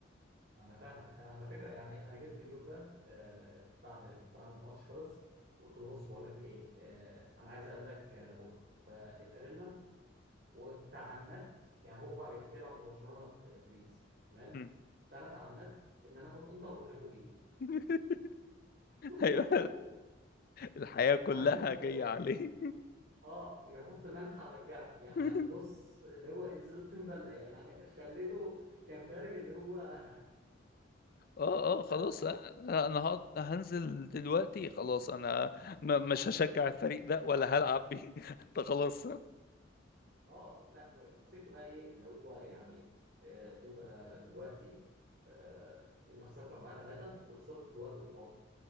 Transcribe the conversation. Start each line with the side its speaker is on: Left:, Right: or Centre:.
Right: انا فاهمك انا على فكره يعني انا جيت في اليوم ده آه بعد بعد ما الماتش خلص قلت له بص بقول لك ايه آه انا عايز اقابلك آه، بكره فاتقابلنا وتعمدت يعني هو بيحب يلعب ببرشلونه في في بيس تمام
Left: مم.
Right: فانا تعمدت ان انا اخد انتر واغلبه بيه
Left: <laughs>
Right: <laughs>
Left: أيوة الحياة كلها
Right: عارف انت اللي
Left: جاية
Right: هو ايه
Left: عليه
Right: اه يحط ملح على الجرح يعني
Left: <laughs>
Right: بص اللي هو إزازة تنبلة يعني خليته كان خارج اللي هو
Left: اه
Right: <laughs>
Left: اه
Right: لا
Left: خلاص انا أنا هقعد- هنزل دلوقتي خلاص انا م- مش هشجع الفريق ده ولا هلعب بيه <laughs> انت خلاص
Right: اه لا و- ومسكته بقى ايه اللي هو يعني آه انت دلوقتي آه انت خسرت 4 3 وخسرت في الوقت الاضافي